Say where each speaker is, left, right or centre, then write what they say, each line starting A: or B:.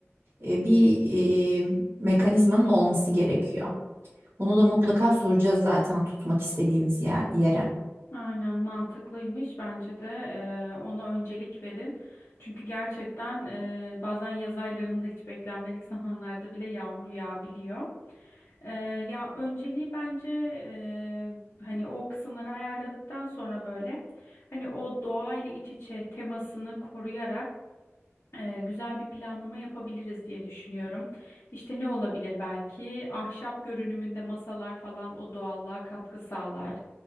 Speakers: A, on the right (about 55°); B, on the left (about 65°).
A: e, bir e, mekanizmanın olması gerekiyor. Bunu da mutlaka soracağız zaten tutmak istediğimiz yer- yere.
B: Aynen mantıklıymış. Bence de e, ona öncelik verin. Çünkü gerçekten e, bazen yaz aylarında hiç beklenmedik zamanlarda bile yağmur yağabiliyor. E, ya önceliği bence e, hani o kısımları ayarladıktan sonra böyle hani o doğayla iç içe temasını koruyarak e, güzel bir planlama yapabiliriz diye düşünüyorum. İşte ne olabilir belki? Ahşap görünümünde masalar falan o doğallığa katkı sağlar.